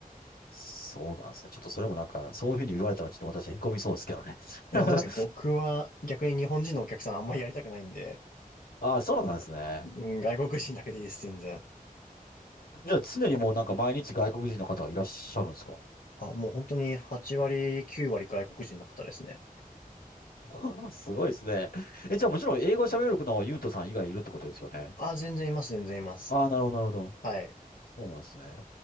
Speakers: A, on the left; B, on the left.
A: そうなんですね。ちょっとそれもなんか、そういうふうに言われたらちょっと私へこみそうですけどね。<laughs>
B: いや、本当ですけど、僕は逆に日本人のお客さんあんまりやりたくないんで、
A: ああ、そうなんですね。
B: うん、外国人だけでいいです、全然。
A: じゃあ常にもうなんか毎日外国人の方がいらっしゃるんですか
B: あ、もう本当に8割、9割外国人の方ですね。
A: <laughs> すごいですね。え、じゃあもちろん英語喋れるのはユうトさん以外いるってことですよね。
B: あ、全然います、全然います。
A: ああ、なるほど、なるほど。
B: はい。
A: そうなんですね。